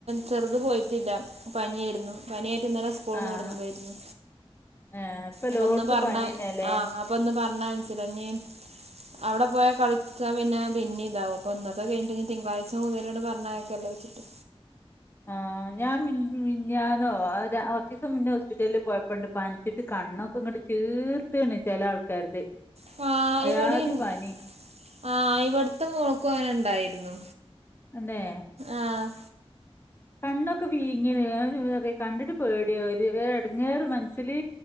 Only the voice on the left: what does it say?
ആഹ്
ഏഹ് ഇപ്പെല്ലോട്ത്തും
പനിയെന്നെലേ
ആഹ് ഞാൻ മിഞ്ഞാന്നോ ഒരാ ഒ കൊർച്ചുസം മുന്ന് ഹോസ്പ്പിറ്റല്ല് പോയപ്പണ്ട് പനിച്ചിട്ട് കണ്ണൊക്കെ ചീർത്ത്ണ് ചെല ആൾക്കാര്ത്
അയാതി
പനി
അതെ
കണ്ണൊക്കെ വീങ്ങീന് കണ്ടിട്ട് പേടിയാവാ ഒരു എടങ്ങാറ് മനസ്സില്